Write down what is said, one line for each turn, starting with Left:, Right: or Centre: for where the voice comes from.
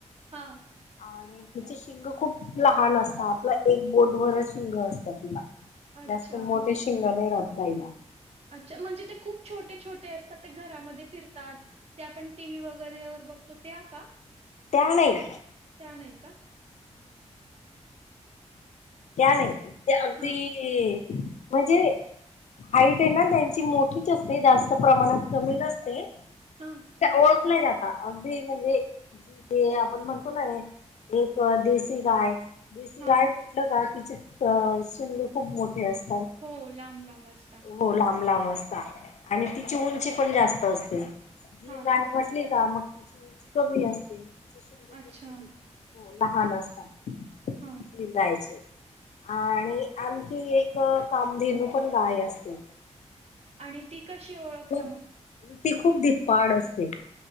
Right: हां
Left: आणि तिची शिंगं खूप लहान असत, आपलं एक बोटबर शिंग असतं तिला
Right: अच्छा
Left: जास्त मोठे शिंगं नाही राहत गाईला.
Right: अच्छा, म्हणजे ते खूप छोटे- छोटे असतात ते घरामध्ये फिरतात, ते आपण टी व्ही वगैरे वर बघतो त्या का?
Left: त्या नाही
Right: त्या नाही का?
Left: त्या नाही, ते अगदी
Right: हां
Left: म्हणजे हाईट हे ना त्यांची मोठीच असते जास्त प्रमाणात कमी नसते
Right: हां
Left: ओळखल्या जाता, अगदी म्हणजे गिडे आपण म्हणतो ना हे एक देसीगाय, देसीगाय
Right: हां
Left: का तिचे शिंगे खूप मोठे अस
Right: हो लांब, लांब अस
Left: हो लांब लांब असता आणि तिची उंची पण जास्त असते. गीरगाय
Right: हां हां
Left: वाट उटली का, मक तिची उंची कमी असते
Right: अच्छा.
Left: पण छोटे लहान असता, गीर
Right: हां
Left: गायचे आणि आणखी एक कामधेनू पण गाय असते.
Right: आणि ती कशी ओळखता
Left: खूप
Right: मक?
Left: ती खूप धिपाड असते.